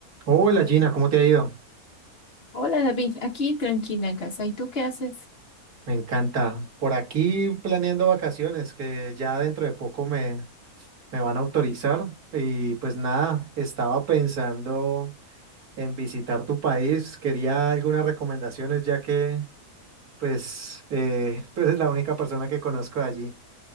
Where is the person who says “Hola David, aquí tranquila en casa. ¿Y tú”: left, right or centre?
Left